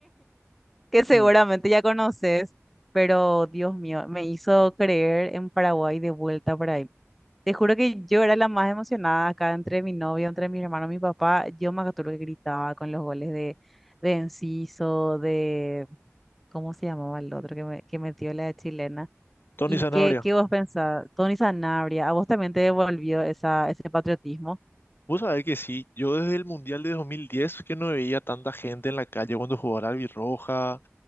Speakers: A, in the centre; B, on the left.
A: que seguramente
B: Mm.
A: ya conoces, pero Dios mío, me hizo creer en Paraguay de vuelta por ahí. Te juro que yo era la más emocionada acá entre mi novio, entre mis hermanos, mi papá. Yo me acuerdo que gritaba con los goles de, de Enciso, de, ¿cómo se llamaba el otro que, me, que metió la chilena?
B: Tony
A: ¿Y
B: Sanabria,
A: qué, qué vos pensás? Tony Sanabria, ¿a vos también te devolvió esa, ese patriotismo?
B: vos sabés que sí, yo desde el Mundial de 2010 que no veía tanta gente en la calle cuando jugaba la albirroja,